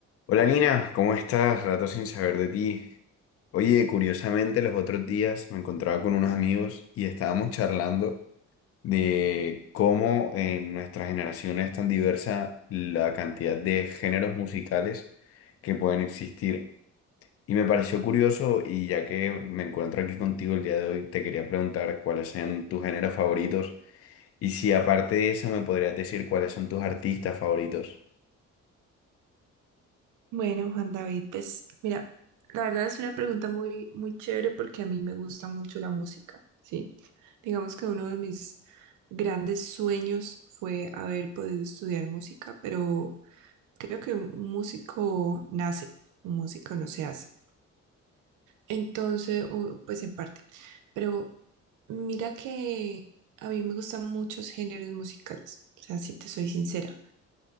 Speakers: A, on the left; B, on the right.
A: Hola Nina, ¿cómo estás? Rato sin saber de ti. Oye, curiosamente los otros días me encontraba con unos amigos y estábamos charlando de cómo en nuestra generación es tan diversa la cantidad de géneros musicales que pueden existir. Y me pareció curioso y ya que me encuentro aquí contigo el día de hoy, te quería preguntar cuáles son tus géneros favoritos y si aparte de eso me podrías decir cuáles son tus artistas favoritos.
B: Bueno, Juan David, pues mira, la verdad es una pregunta muy, muy chévere porque a mí me gusta mucho la música, ¿sí? Digamos que uno de mis grandes sueños fue haber podido estudiar música, pero creo que un un músico nace, un músico no se hace. Entonces, o, pues en parte, pero mira que a mí me gustan muchos géneros musicales, o sea, si te soy sincera.